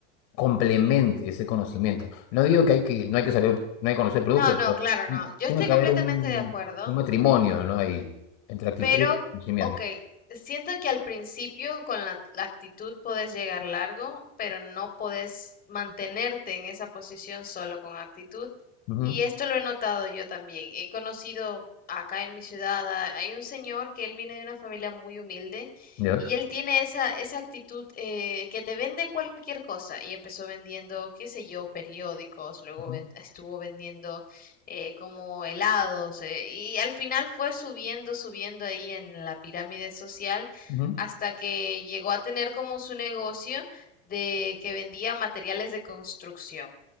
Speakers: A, on the left; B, on the left.
A: complemente ese conocimiento. No digo que hay que, no hay que saber, no hay que conocer producto,
B: No, no,
A: pero
B: claro, no. Yo
A: tiene
B: estoy
A: que
B: completamente
A: haber un,
B: de acuerdo,
A: un matrimonio, ¿no? Ahí, entre actitud
B: pero,
A: y conocimiento.
B: ok, siento que al principio con la, la actitud podés llegar largo, pero no podés mantenerte en esa posición solo con actitud.
A: Ujú,
B: Y esto lo he notado yo también. He conocido acá en mi ciudad, a- hay un señor que él viene de una familia muy humilde
A: ¿Ya?
B: y él tiene esa, esa actitud eh, que te vende cualquier cosa. Y empezó vendiendo, qué sé yo, periódicos, luego
A: Ujú,
B: ven- estuvo vendiendo eh, como helados, eh, y al final fue subiendo, subiendo ahí en la pirámide social
A: ujú.
B: hasta que llegó a tener como su negocio de que vendía materiales de construcción